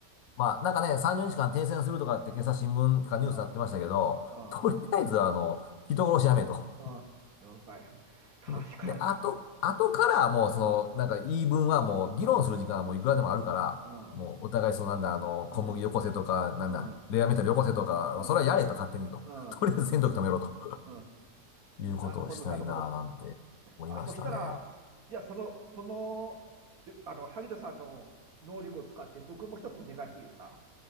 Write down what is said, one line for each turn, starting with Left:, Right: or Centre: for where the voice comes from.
Left: まあ、なんかね、30日間停戦するとかって今朝新聞かニュースになってましたけど、
Right: うん。うん。
Left: とりあえずあの、人殺しやめえと。
Right: うん。了解。確かに。
Left: で、で、あと、あとからもうその、
Right: うん。
Left: なんか言い分はもう議論する時間はもういくらでもあるから、
Right: うん。うん。
Left: もうお互いそのなんだ、あの、小麦よこせとか、
Right: うん。
Left: なんだ、
Right: うん。
Left: レアメタルよこせとか、
Right: うん。
Left: それはやれと勝手にと。
Right: うん。
Left: とりあえず戦闘機止めろと。
Right: うん
Left: いうことをしたいなぁなんて思いましたね。
Right: なるほど、なるほど。あ、そしたら、じゃあその、その、あの、萩田さんの能力を使って、僕も一つお願いしていいですか